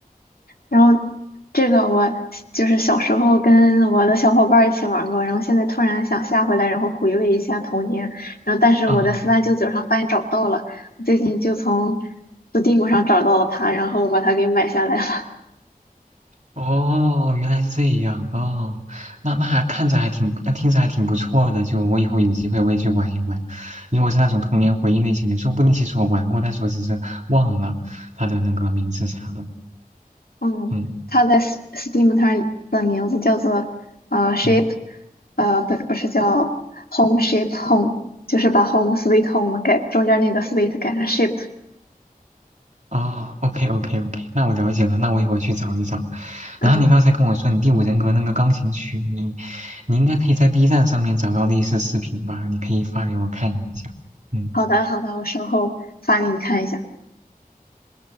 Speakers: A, on the left (about 80°); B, on the right (about 50°).
A: 然后这个我就是小时候跟我的小伙伴儿一起玩过，然后现在突然想下回来，然后回味一下童年。然后但是我在四三九九上发现找不到了，
B: 啊，
A: 我最近就从 Steam 上找到了它，然后把它给买下来了。
B: 哦，原来是这样哦，那那还看着还挺，那听着还挺不错的。就我以后有机会我也去玩一玩。如果是那种童年回忆类型的，说不定其实我玩过，但是我只是忘了它的那个名字啥的。
A: 嗯，
B: 嗯
A: 它在 S- Steam 上的名字叫做呃 Shape，
B: 嗯，
A: 呃不不是叫 Home Shape Home，就是把 Home Sweet Home 改中间那个 Sweet 改成 Shape。
B: 哦，OK OK OK，那我了解了，那我一会儿去找一找。
A: 嗯，
B: 然后你刚才跟我说你第五人格那个钢琴曲，你你应该可以在 B 站上面找到类似视频吧？你可以发给我看一下。嗯。
A: 好的好的，我稍后发给你看一下。